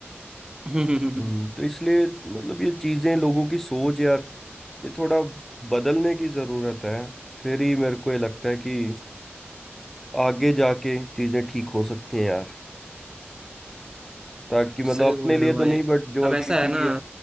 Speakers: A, on the right; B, in the centre.
A: हम्म, हम्म,
B: हम्म तो इसलिए मतलब ये चीजें लोगों की सोच यार ये थोड़ा बदलने की जरूरत है फिर ही मेरे को ये लगता है कि आगे जाके चीजें ठीक हो सकती हैं यार ताकि मतलब
A: <laughs> सही
B: अपने
A: बोल
B: लिए
A: रहे हो
B: तो
A: भाई
B: नहीं बट जो
A: अब
B: अगली
A: ऐसा
B: पीढ़ी
A: है ना
B: है